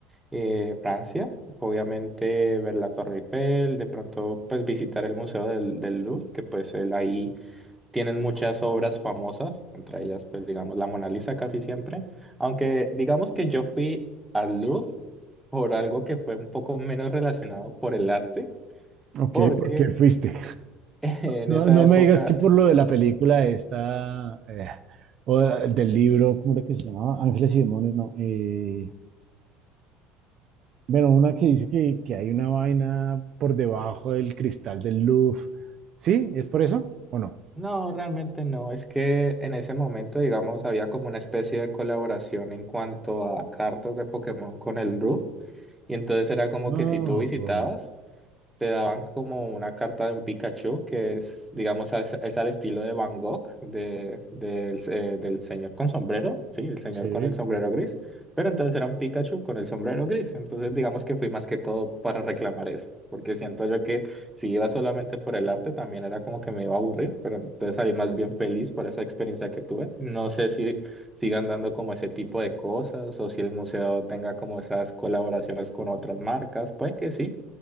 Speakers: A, in the centre; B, on the right.
A: eh, Francia, obviamente ver la Torre Eiffel, de pronto pues visitar el Museo del, del Louvre, que pues él ahí tienen muchas obras famosas, entre ellas pues digamos la Mona Lisa casi siempre, aunque digamos que yo fui al Louvre por algo que fue un poco menos relacionado por el arte,
B: Ok,
A: porque
B: ¿por qué fuiste?
A: <laughs> en
B: No,
A: esa
B: no
A: época
B: me digas que por lo de la película esta, eh, o del libro, ¿cómo era que se llamaba? Ángeles y Demonios, no. eh, bueno, una que dice que, que hay una vaina por debajo del cristal del Louvre. ¿Sí? ¿Es por eso o no?
A: No, realmente no. Es que en ese momento, digamos, había como una especie de colaboración en cuanto a cartas de Pokémon con el Roof. Y entonces era como
B: Oh,
A: que si tú visitabas, te daban como una carta de un Pikachu que es, digamos, es, es al estilo de Van Gogh, de, del eh, del señor con sombrero, sí, el señor
B: Sí.
A: con el sombrero gris, pero entonces era un Pikachu con el sombrero gris, entonces digamos que fui más que todo para reclamar eso, porque siento yo que si iba solamente por el arte también era como que me iba a aburrir, pero entonces salí más bien feliz por esa experiencia que tuve. No sé si sigan dando como ese tipo de cosas o si el museo tenga como esas colaboraciones con otras marcas, puede que sí